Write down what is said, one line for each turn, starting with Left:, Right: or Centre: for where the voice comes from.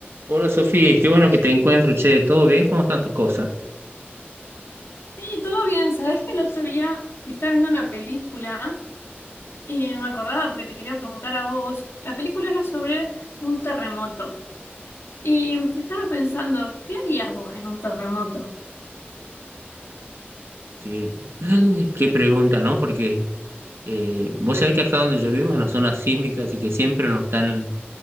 Right: Hola Sofía, qué bueno que te encuentro, che, ¿todo bien? ¿Cómo están tus cosas?
Left: Sí, todo bien. Sabés que el otro día estaba viendo una película y me acordaba porque te quería preguntar a vos. La película era sobre un terremoto y estaba pensando, ¿qué harías vos en un terremoto?
Right: Sí, <gasps> <laughs> qué pregunta, ¿no? Porque eh, vos sabés que acá donde yo vivo es una zona sísmica, así que siempre nos están